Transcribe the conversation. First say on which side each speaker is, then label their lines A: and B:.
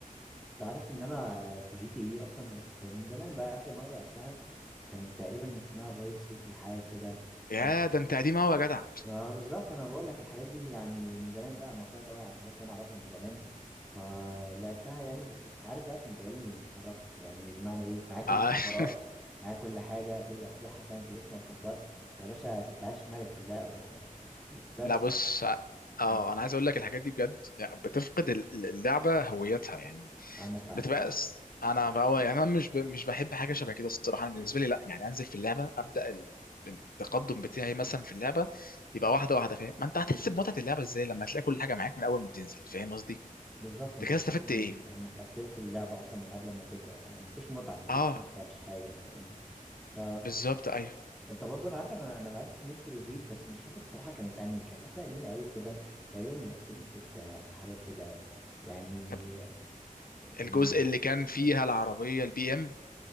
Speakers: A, in the centre; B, on the left.
A: انت عارف ان انا آه، في جي تي اي اصلا بس كان من زمان بقى اخر مره لعبتها كانت تقريبا اسمها فايس سيتي حاجه كده
B: يا
A: بس
B: ده انت قديم قوي يا جدع
A: ما بالظبط انا بقول لك الحاجات دي يعني من زمان بقى معتمد قوي على الحاجات اللي انا اعرفها من زمان فلعبتها يعني بس كنت عارف بقى كان جالي متكركه يعني بمعنى ايه معايا كل
B: آه.
A: الشفرات
B: <laughs>
A: معايا كل حاجه كل اسلحه فاهم فلوس ما بتخلص فيا باشا كنت عايش ملك في اللعبه <laughs> بس
B: لا بص اه
A: مم،
B: انا عايز اقول لك الحاجات دي بجد يعني بتفقد ال- اللعبه هويتها يعني
A: عندك حق
B: بتبقى س- انا بقى يعني انا مش ب... مش بحب حاجه شبه كده الصراحه انا بالنسبه لي لا يعني انزل في اللعبه ابدا ال... التقدم بتاعي مثلا في اللعبه يبقى واحده واحده فاهم ما انت هتحس بمتعه اللعبه ازاي لما تلاقي كل حاجه معاك من اول ما بتنزل فاهم قصدي
A: بالظبط
B: انت
A: انت
B: كده
A: تحس
B: استفدت
A: ان
B: ايه
A: انك قفلت اللعبه اصلا من قبل ما تبدا فمفيش متعه مفيش
B: اه
A: قصه مفيش حاجه فاهمني ف
B: بالظبط ايوه
A: انت برضه انا عارف ان انا انا لعبت نيد فور سبيد بس مش فاكر الصراحه كانت انهي كانت واحده قديمه قوي كده تقريبا من 2006 حاجه كده يعني
B: طب
A: من-
B: الجزء اللي كان فيها العربيه البي ام